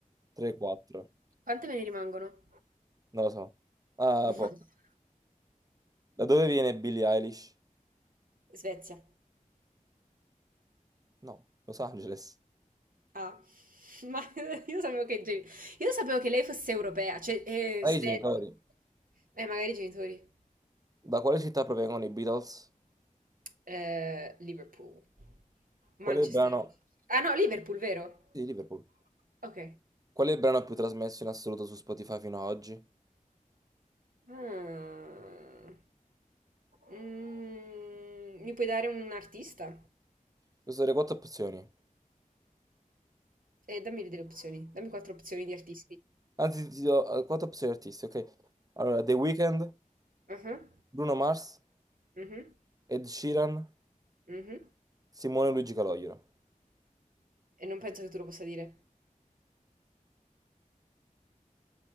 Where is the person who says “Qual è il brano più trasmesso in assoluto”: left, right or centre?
Right